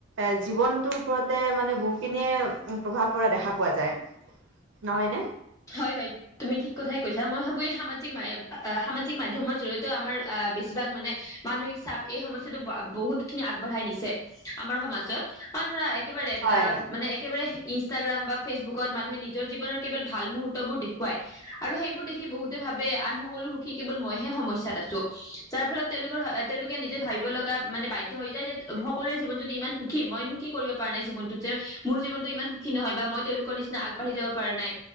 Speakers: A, on the right (about 65°); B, on the left (about 15°).
A: এ জীৱনটোৰ ওপৰতে মানে বহুখিনিয়ে প্ৰভাৱ পৰা দেখা পোৱা যায়। নহয়নে?
B: হয় হয়, তুমি ঠিক কথাই কৈছা। মই ভাবো এই সামাজিক মা এ, সামাজিক মাধ্যমৰ জৰিয়তেও আমাৰ আহ বেছিভাগ মানে মানসিক চাপ এই সমস্যাটো বহুত খিনি আগবঢ়াই নিছে আমাৰ সমাজত, কাৰণ ধৰা একেবাৰে এ
A: হয়
B: মানে একেবাৰে সে ইনষ্টাগ্ৰাম বা ফেচবুক কট মানুহে নিজৰ জীৱনৰ কেৱল ভাল মুহুৰ্তবোৰ দেখুৱাই আৰু সেই বোৰ দেখি বহুতে ভাবে আন সক বলো সু কি কেৱল মইহে সমস্যাত আছো, যাৰ ফলত তেওঁলোকৰ হা তেওঁলোক নিজে ভাবিব লগা মানে বাধ্য হৈ যায় যে সকলোৰে জীৱন যদি ইমান সুখী, মইনো কি কৰিব পাৰা নাই জীৱনটোত যে মোৰ জীৱনটো ইমান সুখী নহয় বা মই তেওঁলোকৰ নিচ না আগবাঢ়ি যাব পাৰা নাই